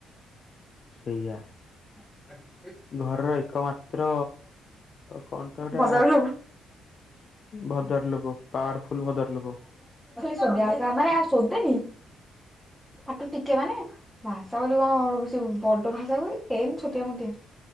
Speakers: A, on the left; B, in the centre.
A: ସେଇଆ।
B: <inaudible>
A: ଘରର ଏକମାତ୍ର କଣ ତ ହେଟା?
B: ଭଦ୍ର ଲୋକ
A: ଭଦରଲୋକ ପାୱାରଫୁଲ ଭଦରଲୋକ।
B: ଆ ମାନେ ଆ ଶୋଧେନି ଆଠୁ ଟିକେ ମାନେ ଭାଷା ବୋଲି କଣ ବଡ ଭାଷା କୁହେ ଏନ୍ତି ଛୋଟିଆ ମୋଟିଆ।